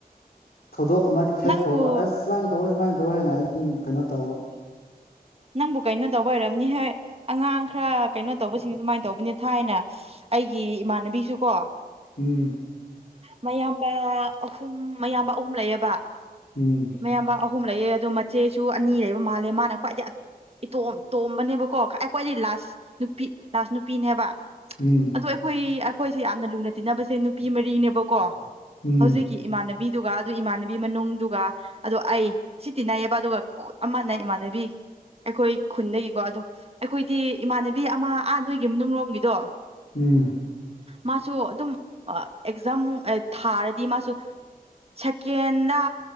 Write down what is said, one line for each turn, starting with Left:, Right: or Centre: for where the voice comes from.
Left: ꯊꯧꯗꯣꯛ ꯑꯃ ꯁꯦꯛ
Right: ꯅꯪꯕꯨ
Left: ꯐꯥꯎꯕ ꯑꯁ ꯁꯨꯃꯥꯏꯅ ꯇꯧꯔ ꯁꯨꯃꯥꯏꯅ ꯇꯧꯋꯦ ꯍꯥꯏꯅ ꯑꯩ ꯑꯗꯨꯝ ꯀꯩꯅꯣ ꯇꯧꯕ
Right: ꯅꯪꯕꯨ ꯀꯩꯅꯣ ꯇꯧꯕ ꯑꯣꯏꯔꯝꯅꯤ ꯍꯣꯏ ꯑꯉꯥꯡ ꯈꯔ ꯀꯩꯅꯣ ꯇꯧꯕꯁꯤꯡ ꯑꯗꯨꯃꯥꯏꯅ ꯇꯧꯕꯅꯤ ꯊꯥꯏꯅ ꯑꯩꯒꯤ ꯏꯃꯥꯟꯅꯕꯤꯁꯨ ꯀꯣ
Left: ꯎꯝ
Right: ꯃꯌꯥꯝꯕ ꯑꯍꯨꯝ ꯃꯌꯥꯝꯕ ꯑꯍꯨꯝ ꯂꯩꯌꯦꯕ
Left: ꯎꯝ
Right: ꯃꯥꯌꯥꯝꯕ ꯑꯍꯨꯝ ꯂꯩꯌꯦ ꯑꯗꯣ ꯃꯆꯦꯁꯨ ꯑꯅꯤ ꯂꯩꯕ ꯃꯥꯜꯂꯦ ꯃꯥꯅ ꯈ꯭ꯋꯥꯏꯗꯒꯤ ꯏꯇꯣꯝ ꯇꯣꯝꯕꯅꯦꯕꯀꯣ ꯈꯥꯏ ꯈ꯭ꯋꯥꯏꯗꯩ ꯂꯥꯁ ꯅꯨꯄꯤ ꯂꯥꯁ ꯅꯨꯄꯤꯅꯦꯕ
Left: ꯎꯝ
Right: ꯑꯗꯣ ꯑꯩꯈꯣꯏ ꯑꯩꯈꯣꯏꯁꯦ ꯌꯥꯝꯅ ꯂꯨꯅ ꯇꯤꯟꯅꯕꯁꯦ ꯅꯨꯄꯤ ꯃꯔꯤꯅꯦꯕꯀꯣ
Left: ꯎꯝ
Right: ꯍꯧꯖꯤꯛꯀꯤ ꯏꯃꯥꯟꯅꯕꯤꯗꯨꯒ ꯑꯗꯨ ꯏꯃꯥꯟꯅꯕꯤ ꯃꯅꯨꯡꯗꯨꯒ ꯑꯗ ꯑꯩ ꯁꯤ ꯇꯤꯟꯅꯩꯌꯦꯕ ꯑꯗꯨꯒ ꯑꯃꯅ ꯏꯃꯥꯟꯅꯕꯤ ꯑꯩꯈꯣꯏ ꯈꯨꯟꯗꯒꯤꯀꯣ ꯑꯗꯣ ꯑꯩꯈꯣꯏꯗꯤ ꯏꯃꯥꯟꯅꯕꯤ ꯑꯃ ꯑ ꯅꯣꯏꯒꯤ ꯃꯅꯨꯡꯂꯣꯝꯒꯤꯗꯣ
Left: ꯎꯝ
Right: ꯃꯥꯁꯨ ꯑꯗꯨꯝ ꯑꯦꯛꯖꯥꯝ ꯊꯥꯔꯗꯤ ꯃꯥꯁꯨ ꯁꯛ ꯁꯦꯀꯦꯟꯗ